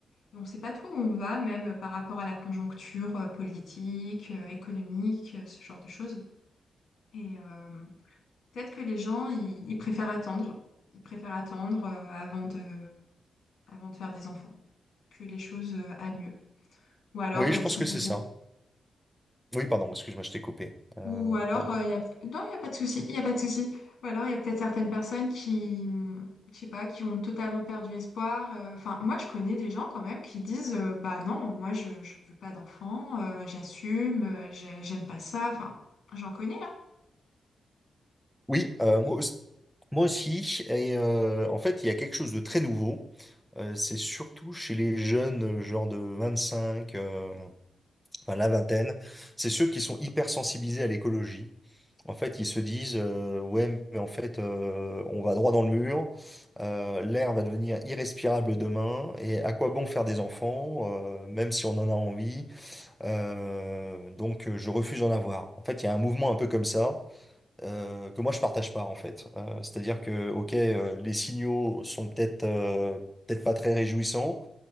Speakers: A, on the left; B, in the centre.
A: et on ne sait pas trop où on va, même euh, par rapport à la conjoncture euh, politique, euh, économique, euh, ce genre de choses. Et euh, peut-être que les gens, ils, ils préfèrent attendre. Ils préfèrent attendre euh, avant de, avant de faire des enfants, que les choses euh, aillent mieux. Ou alors,
B: Oui,
A: euh,
B: je
A: ils
B: pense
A: sont
B: que
A: complètement
B: c'est ça. Oui, pardon, excuse-moi, je t'ai coupé. Euh,
A: Ou alors,
B: pardon.
A: euh, il y a... Non, il n'y a pas de souci, il y a pas de souci. Ou alors, il y a peut-être certaines personnes qui, hum, je sais pas, qui ont totalement perdu espoir. Euh, Enfin, moi, je connais des gens quand même qui disent, euh, bah non, moi, je je ne veux pas d'enfant, euh, j'assume, euh, j'ai- j'aime pas ça. Enfin, j'en connais, hein.
B: Oui, euh, moi, aussi- moi aussi. Et euh, en fait, il y a quelque chose de très nouveau. Euh, c'est surtout chez les jeunes, euh, genre de 25, euh, enfin la vingtaine. C'est ceux qui sont hyper sensibilisés à l'écologie. En fait, ils se disent, euh, ouais, mais en fait, euh, on va droit dans le mur. Euh, l'air va devenir irrespirable demain. Et à quoi bon faire des enfants, euh, même si on en a envie. Euh, donc, euh, je refuse d'en avoir. En fait, il y a un mouvement un peu comme ça euh, que moi je partage pas en fait. Euh, c'est-à-dire que ok, euh, les signaux sont peut-être euh, peut-être pas très réjouissants,